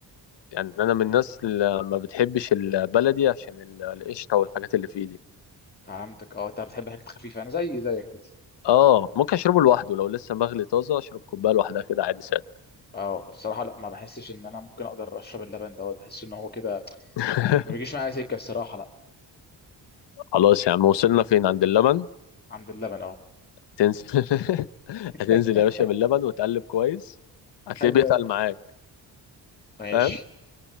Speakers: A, on the left (about 70°); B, on the left (about 20°).
A: يعني انا من الناس اللي ما بتحبش البلدي عشان ال- القشطه والحاجات اللي فيه دي
B: فهمتك اه انت بتحب الحاجات الخفيفه انا زي زيك كده
A: اه ممكن اشربه لوحده لو لسه مغلي طازه اشرب كوبايه لوحدها كده عادي ساده
B: اه الصراحه لا ما بحسش ان انا ممكن اقدر اشرب اللبن دوت بحس ان هو كده
A: <laughs>
B: ما بيجيش معايا سكه الصراحه لا
A: خلاص يا عم وصلنا فين عند اللبن
B: عند اللبن اه
A: تنزل <laughs>
B: <laughs>
A: هتنزل يا باشا باللبن وتقلب كويس هتلاقيه
B: حلو
A: بيتقل
B: قوي
A: معاك
B: ماشي
A: فاهم